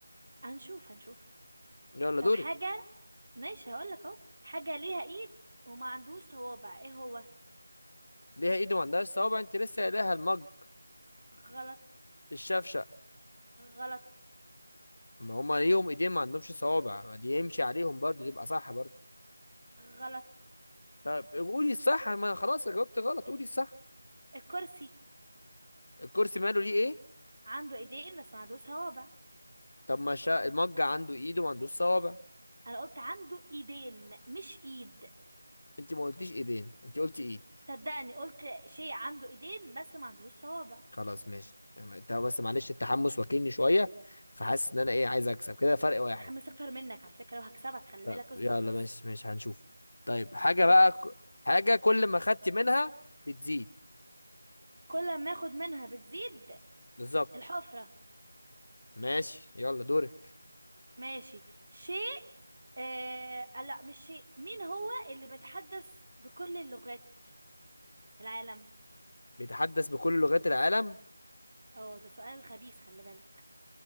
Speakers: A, on the right; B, on the left.
A: هنشوف هنشوف
B: يلا
A: طب
B: دورك
A: حاجة ماشي هقولك اهو حاجة ليها ايد وما عندوش صوابع ايه هو
B: ليها ايد وما عندهاش صوابع انت لسه قايلها المج
A: غلط
B: الشفشق
A: غلط
B: ما هما ليهم ايدين ما عندهمش صوابع ما دي يمشي عليهم برضو يبقى صح برضو
A: غلط
B: طب قولي الصح ما خلاص جاوبت غلط قولي الصح
A: الكرسي
B: الكرسي ماله ليه ايه
A: عنده ايدين بس ما عندوش صوابع
B: طب ما شا... المج عنده ايد وما عندوش صوابع
A: انا قلت عنده ايدين مش ايد
B: انت ما قلتيش ايدين انت قلتي ايد
A: صدقني قلت شيء عنده ايدين بس ما عندوش صوابع
B: خلاص ماشي اما انت بس معلش التحمس واكلني شويه فحاسس ان انا ايه عايز اكسب كده فرق واحد
A: متحمس اكتر منك على فكرة وهكسبك خلي
B: طب
A: بالك اصبر
B: يلا
A: بس
B: ماشي ماشي هنشوف طيب حاجه
A: يلا
B: بقى ك- حاجه كل ما خدت منها بتزيد
A: كل ما اخد منها بتزيد
B: بالظبط
A: الحفرة
B: ماشي يلا دورك
A: ماشي شيء آه... لا مش شيء مين هو اللي بيتحدث بكل اللغات العالم
B: بيتحدث بكل لغات العالم
A: اه ده سؤال خبيث خلي بالك